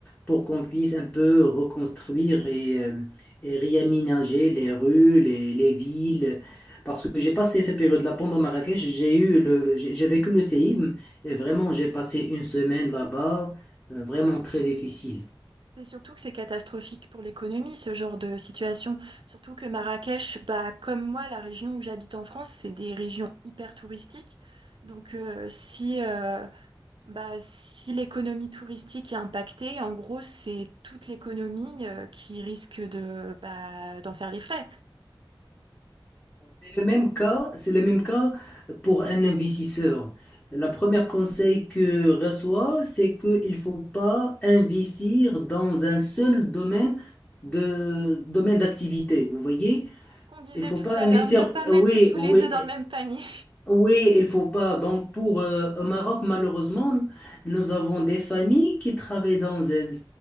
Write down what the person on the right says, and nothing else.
Et surtout que c'est catastrophique pour l'économie, ce genre de situation. Surtout que Marrakech, bah, comme moi, la région où j'habite en France, c'est des régions hyper touristiques. Donc, euh, si, euh, bah, si l'économie touristique est impactée, en gros, c'est toute l'économie, euh, qui risque de, bah, d'en faire les frais.
C'est ce qu'on disait
tout
à
l'heure, ne pas mettre
tous
les œufs dans le même panier.